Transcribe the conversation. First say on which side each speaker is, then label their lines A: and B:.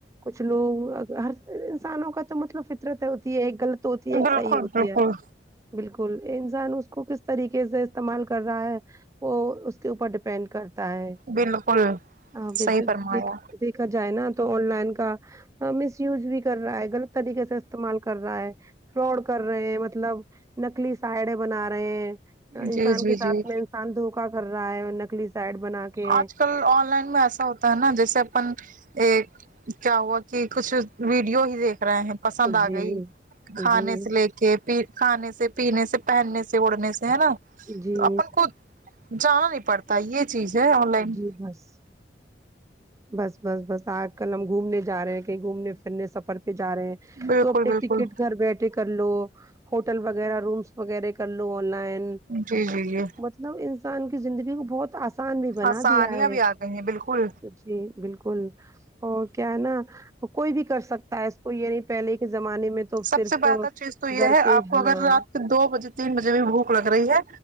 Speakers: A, on the right (about 15°); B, on the right (about 45°).
A: کچھ لوگ ہر انسانوں کا تو مطلب فطرت ہوتی ہے ایک غلط ہوتی ہے ایک
B: بالکل
A: صحیح ہوتی
B: بالکل
A: ہے بالکل انسان اس کو کس طریقے سے استعمال کر رہا ہے وہ اس کے اوپر ڈیپینڈ کرتا ہے
B: بالکل
A: آ بزدت
B: صحیح فرمایا
A: دیکھا جائے نا تو آن لائن کا مس یوز بھی کر رہا ہے غلط طریقے سے استعمال کر رہا ہے فرود کر رہے ہیں مطلب نکلی ساڑیں بنا رہے ہیں
B: جی
A: انسان
B: جی
A: کے ساتھ
B: جی
A: میں انسان دھوکا کر رہا ہے نکلی سائڈ بنا کے
B: آج کل آن لائن میں ایسا ہو تا ہے نا جیسے اپن ایک کیا ہوا کہ کچھ ویڈیو ہی دیکھ رہے ہیں پسند
A: جی
B: آ گئی کھانے
A: جی
B: سے لے کہ پ کھانے سے پینے سے پہننے سے اڑنے سے ہے نا
A: جی
B: تو اپن خود جانا نہیں پڑتا یہ چیز آن لائن
A: جی بس بس بس بس آج کل ہم گھومنے جا رہے ہیں کہیں گھومنے پھرنے سفر پہ جا رہے ہیں
B: بالکل
A: تو اپنے
B: بالکل
A: ٹکٹ گھر بیٹھے کر لو ہوٹل وغیرہ رومس وغیرہ کر لو آن لائن
B: جی جی یہ
A: لو انسان کی زندگی کو بہت آسان بھی بنا
B: آ سانیاں
A: دیا ہے
B: بھی آ گئی ہیں بالکل
A: جی بالکل اور کیا ہے نا کوئی بھی کر سکتا ہے اس کو یعنی پہلے کے زمانے میں تو
B: سب
A: صرف
B: سے بہتر چیز تو یہ
A: گھر
B: ہے
A: کے
B: آپ کو
A: ہاں
B: اگر رات کے دو بجے تین بجے بھی بھوک لگ رہی ہے